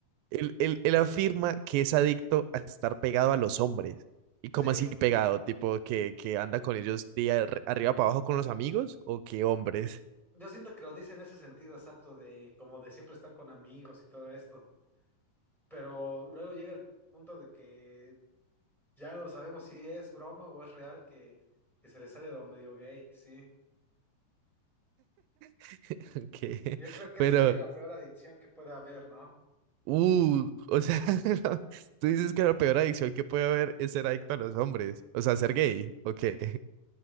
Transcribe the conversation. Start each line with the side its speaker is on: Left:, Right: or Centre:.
Right: Él, él- él afirma que es adicto a estar pegado a los hombres. ¿Y cómo
Centre: Sí,
Right: así pegado? Tipo que, que anda con ellos día ar- arriba para abajo con los amigos o qué hombres.
Centre: yo siento que lo dice en ese sentido, es apto de como de siempre estar con amigos y todo esto, pero luego llega el punto de que ya no sabemos si es broma o es real que, que se le sale lo medio gay, sí.
Right: <laughs> que
Centre: Yo creo que
Right: Pero,
Centre: esa sería la peor adicción que puede haber, ¿no?
Right: uh, o sea, <laughs> no, tú dices que la peor adicción que puede haber es ser adicto a los hombres. O sea, ser gay. ¿O qué?